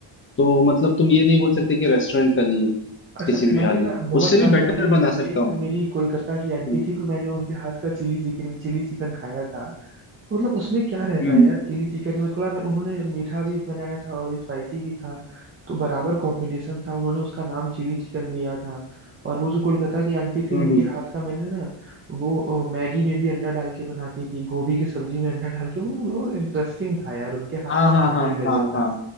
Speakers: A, on the left (about 25°); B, on the right (about 25°).
A: तो मतलब तुम ये नहीं बोल सकते कि रेस्टोरेंट का नहीं है
B: अच्छा
A: किसी भी
B: मैंने
A: हाल
B: ना
A: में
B: बहुत
A: उससे
B: साल
A: भी बेटर
B: पहले
A: बना सकता
B: एक
A: हूँ
B: मेरी कोलकाता की आंटी
A: हम्म
B: थी तो मैंने उनके हाथ का चिली चिकन चिली चिकन खाया था तो मतलब उसमें क्या रहता
A: हम्म
B: है यार चिली चिकन में थोड़ा मैं उन्होंने मीठा भी बनाया था और स्पाइसी भी था तो बराबर कॉम्बिनेशन था उन्होंने उसका नाम चिली चिकन दिया था और वो जो कोलकाता की आंटी थी
A: हम्म
B: उनके
A: हम्म।
B: हाथ का मैंने ना वो अ, मैगी में भी अंडा डाल के बनाती थी गोभी की सब्जी में अंडा डाल के मतलब वो इंटरेस्टिंग था यार उनके हाथ
A: हाँ
B: का
A: हाँ
B: खाना
A: हाँ
B: ही गजब
A: हाँ
B: था
A: हाँ